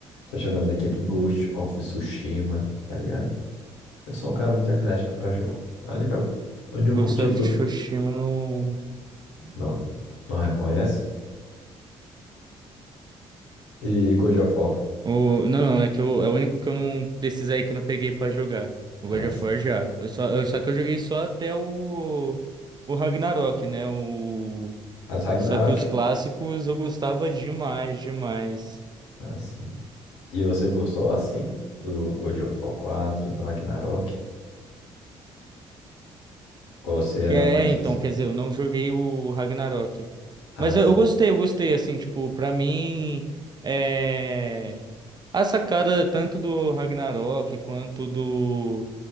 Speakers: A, on the left; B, on the right.
A: Tô jogando aquele Ghost of Tsushima, tá ligado? Eu sou um cara muito eclético pra jogo. A única, o único
B: Ghost
A: tipo,
B: of Tsushima no.
A: não, não reconhece. E God of War.
B: O... Não, não, é que eu... é o único que eu não. Desses aí que eu não peguei pra jogar. O
A: Ah,
B: God of
A: sim.
B: War já. Eu só... eu- Só que eu joguei só até o. O Ragnarok, né? O...
A: Mas Ragnarok
B: Só que os clássicos eu gostava demais, demais.
A: Assim. E você gostou assim do God of War 4 e do Ragnarok? Ou você era
B: É,
A: mais
B: então,
A: dos fãs?
B: quer dizer, eu não joguei o Ragnarok.
A: Ah,
B: Mas eu,
A: sim,
B: eu gostei, eu gostei, assim, tipo, pra mim, é... a sacada tanto do Ragnarok quanto do